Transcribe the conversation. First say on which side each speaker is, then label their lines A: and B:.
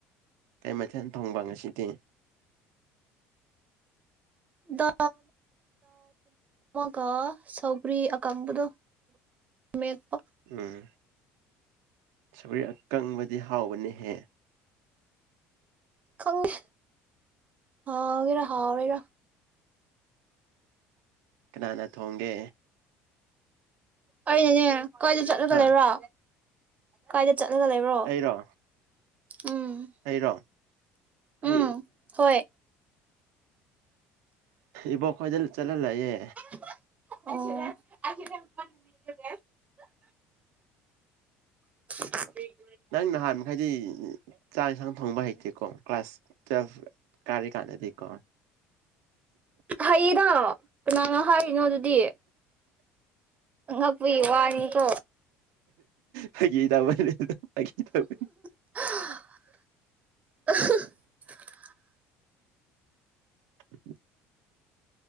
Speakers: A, on the right; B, on the right.
A: ꯀꯩ ꯃꯊꯦꯜ ꯊꯣꯡꯕ ꯉꯁꯤꯗꯤ
B: ꯗ ꯀꯥ ꯁꯧꯕꯔꯤ ꯑꯀꯪꯕꯗꯣ ꯃꯦꯠꯄꯥ
A: ꯎꯝ ꯁꯧꯒ꯭ꯔꯤ ꯑꯀꯪꯕꯗꯤ ꯍꯥꯎꯕꯅꯤꯍꯦ
B: ꯈꯪꯗꯦ ꯍꯥꯎꯋꯤꯔ ꯍꯥꯎꯋꯤꯔ
A: ꯀꯅꯥꯅ ꯊꯣꯡꯒꯦ
B: ꯑꯩꯅꯅꯦ ꯀꯥꯏꯗ ꯆꯠꯂꯒ
A: ꯍꯥ
B: ꯂꯩꯔꯣ ꯀꯥꯏꯗ ꯆꯠꯂꯒ ꯂꯩꯔꯣ
A: ꯑꯩꯔꯣ
B: ꯎꯝ
A: ꯑꯩꯔꯣ ꯑꯩ
B: ꯎꯝ ꯍꯣꯏ
A: ꯏꯕꯣꯛ ꯈꯣꯏꯗ ꯆꯠꯍꯜꯂꯛꯑꯦ
B: ꯑꯣ <inaudible>
A: ꯅꯪ ꯅꯍꯥꯟꯃꯈꯩꯗꯤ ꯆꯥꯛ ꯌꯦꯟꯁꯥꯡ ꯊꯪꯕ ꯍꯩꯇꯦꯀꯣ ꯀ꯭ꯂꯥꯁ ꯇꯨꯌꯦꯜꯐ ꯀꯥꯔꯤ ꯀꯥꯟꯗꯗꯤꯀꯣ
B: ꯍꯩꯗ ꯀꯅꯥꯅ ꯍꯥꯏꯔꯤꯅꯣ ꯑꯗꯨꯗꯤ ꯑꯉꯛꯄꯒꯤ ꯋꯥꯅꯤꯀꯣ
A: ꯐꯒꯤ ꯇꯧꯕꯅꯤꯗ ꯐꯒꯤ ꯇꯧꯕ
B: <unintelligible>
A: <inaudible>